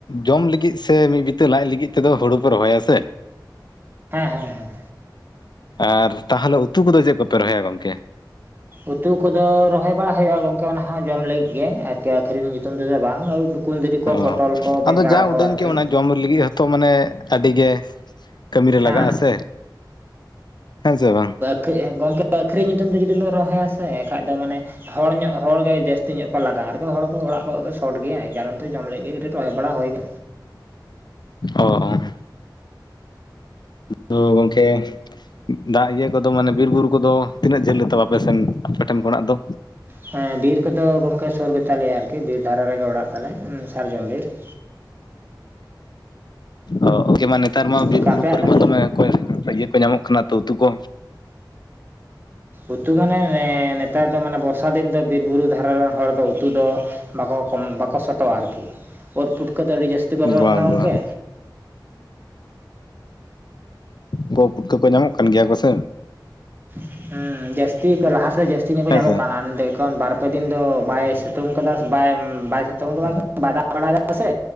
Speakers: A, on the left; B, on the right.
A: ᱡᱚᱢ ᱞᱟᱹᱜᱤᱫ ᱥᱮ ᱢᱤᱫ ᱵᱤᱛᱟᱹ ᱞᱟᱡ ᱞᱟᱹᱜᱤᱫ ᱛᱮ ᱫᱚ ᱦᱩᱲᱩ ᱯᱮ ᱨᱚᱦᱚᱭᱟ ᱥᱮ
B: ᱦᱮᱸ ᱦᱮᱸ ᱦᱮᱸ
A: ᱟᱨ ᱛᱟᱦᱚᱞᱮ ᱩᱛᱩ ᱠᱚᱫᱚ ᱪᱮᱫ ᱠᱚᱯᱮ ᱨᱚᱦᱚᱭᱟ ᱜᱚᱢᱠᱮ
B: ᱩᱛᱩ ᱠᱚᱫᱚ ᱨᱚᱦᱚᱭ ᱵᱟᱲᱟ ᱦᱩᱭᱩᱜᱼᱟ ᱜᱚᱢᱠᱮ ᱚᱱᱟ ᱦᱚ ᱡᱚᱢ ᱞᱟᱹᱜᱤᱫ ᱜᱮ ᱟᱨᱠᱤ ᱟᱹᱠᱷᱨᱤᱧ <unintelligible> ᱛᱚᱢ ᱛᱮᱫᱚ ᱵᱟᱝ ᱠᱩᱸᱫᱽᱨᱤ ᱠᱚ,
A: ᱚ
B: ᱯᱚᱴᱚᱞ ᱠᱚ, ᱵᱮᱸᱜᱟᱲ
A: ᱟᱫᱚ ᱡᱟ
B: ᱠᱚ
A: ᱩᱰᱟᱹᱝ
B: ᱟᱨᱠᱤ
A: ᱜᱮ ᱚᱱᱟ ᱡᱚᱢ ᱞᱟᱹᱜᱤᱫ ᱦᱚᱛᱚ ᱢᱟᱱᱮ ᱟᱰᱤ ᱜᱮ ᱠᱟᱢᱤᱨᱮ
B: ᱦᱮᱸ
A: ᱞᱟᱜᱟᱜᱼᱟ ᱥᱮ ᱦᱮᱸ ᱥᱮ ᱵᱟᱝ᱾
B: ᱠᱟᱹᱡ ᱜᱚᱝᱠᱮ ᱟᱹᱠᱷᱨᱤᱧ ᱧᱩᱛᱩᱢ ᱛᱮ ᱡᱩᱫᱤ ᱵᱮᱱ ᱨᱚᱦᱚᱭᱟ ᱥᱮ ᱮᱱᱠᱷᱟᱡ ᱫᱚ ᱢᱟᱱᱮ ᱦᱚᱲ ᱧᱚᱜ ᱦᱚᱲ ᱜᱮ ᱡᱟᱹᱥᱛᱤ ᱧᱚᱜ ᱠᱚ ᱞᱟᱜᱟᱜᱼᱟ, ᱟᱨᱠᱚ ᱦᱚᱲ ᱠᱚ ᱚᱲᱟᱜ ᱠᱚᱜ ᱠᱚ ᱥᱚᱴ ᱜᱮᱭᱟ ᱮ ᱠᱟᱨᱚᱱ ᱛᱮ ᱡᱚᱢ ᱞᱟᱜᱤᱫ ᱜᱮ ᱠᱟᱴᱤᱡ ᱨᱚᱦᱚᱭ ᱵᱟᱲᱟ ᱦᱩᱭ ᱠᱟᱱᱟ᱾
A: ᱚ ᱚ। ᱛᱳ ᱜᱚᱢᱠᱮ ᱫᱟᱜ ᱤᱭᱟᱹ ᱠᱚᱫᱚ ᱢᱟᱱᱮ ᱵᱤᱨᱼᱵᱩᱨᱩ ᱠᱚᱫᱚ ᱛᱤᱱᱟᱹᱜ ᱡᱷᱟᱹᱞ ᱜᱮᱛᱟ ᱟᱯᱮ ᱥᱮᱱ ᱟᱯᱮ ᱴᱷᱮᱱ ᱠᱷᱚᱱᱟᱜ ᱫᱚ
B: ᱦᱮᱸ ᱵᱤᱨ ᱠᱚᱫᱚ ᱜᱚᱢᱠᱮ ᱥᱩᱨ ᱜᱮᱛᱟ ᱞᱮᱭᱟ ᱟᱨᱠᱤ ᱵᱤᱨ ᱫᱷᱟᱨᱟ ᱨᱮᱜᱮ ᱚᱲᱟᱜ ᱛᱟᱞᱮ ᱥᱟᱨᱡᱚᱢ ᱵᱤᱨ
A: ᱚ ᱜᱚᱢᱠᱮ ᱢᱟ ᱱᱮᱛᱟᱨ ᱢᱟ ᱵᱤᱨ
B: ᱜᱚᱝᱠᱮ
A: ᱵᱩᱨᱩ
B: ᱟᱯᱮᱭᱟᱜ
A: ᱠᱚᱨᱮ
B: ᱫᱚ
A: ᱢᱟ ᱫᱚᱢᱮ ᱚᱠᱚᱭ ᱤᱭᱟᱹ ᱠᱚ ᱧᱟᱢᱚᱜ ᱠᱟᱱᱟ ᱛᱚ ᱩᱛᱩ ᱠᱚ
B: ᱩᱛᱩ ᱢᱟᱱᱮ ᱱᱮᱛᱟᱨ ᱫᱚ ᱢᱟᱱᱮ ᱵᱚᱨᱥᱟ ᱫᱤᱱ ᱫᱚ ᱵᱤᱨ ᱵᱩᱨᱩ ᱫᱷᱟᱨᱮ ᱨᱮᱱ ᱦᱚᱲ ᱫᱚ ᱩᱛᱩ ᱫᱚ ᱵᱟᱠᱚ ᱠᱚᱢ ᱵᱟᱠᱚ ᱥᱚᱴᱚᱜᱼᱟ ᱟᱨᱠᱤ ᱩᱫ ᱯᱩᱴᱠᱟᱹ ᱫᱚ ᱟᱹᱰᱤ ᱡᱟᱹᱥᱛᱤ ᱠᱚ ᱮᱢᱚᱱᱚᱜ
A: ᱵᱟᱝ
B: ᱠᱟᱱᱟ ᱜᱚᱝᱠᱮ
A: ᱵᱟᱝ ᱠᱚ ᱯᱩᱴᱠᱟᱹ ᱠᱚ ᱧᱟᱢᱚᱜ ᱠᱟᱱ ᱜᱮᱭᱟ ᱠᱚᱥᱮ
B: ᱦᱩᱸ ᱡᱟᱹᱥᱛᱤ ᱞᱟᱦᱟ ᱛᱮᱫᱚ ᱡᱟᱹᱥᱛᱤ ᱧᱚᱜ ᱠᱚ
A: ᱦᱮᱸ
B: ᱧᱟᱢᱚᱜ
A: ᱥᱮ
B: ᱠᱟᱱᱟ ᱚᱸᱰᱮ ᱠᱷᱚᱱ ᱵᱟᱨ ᱯᱮᱫᱤᱱ ᱫᱚ ᱵᱟᱭ ᱥᱤᱛᱩᱝ ᱠᱟᱫᱟ ᱥᱮ ᱵᱟᱭ ᱵᱟᱭ ᱥᱤᱛᱩᱝ ᱫᱚ ᱵᱟᱝ ᱵᱟᱭ ᱫᱟᱜ ᱵᱟᱲᱟᱭ ᱫᱟᱭ ᱥᱮ